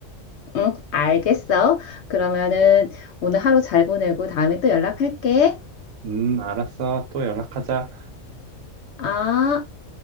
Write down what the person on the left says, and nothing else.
응, 알겠어. 그러면은 오늘 하루 잘 보내고 다음에 또 연락할게.
아.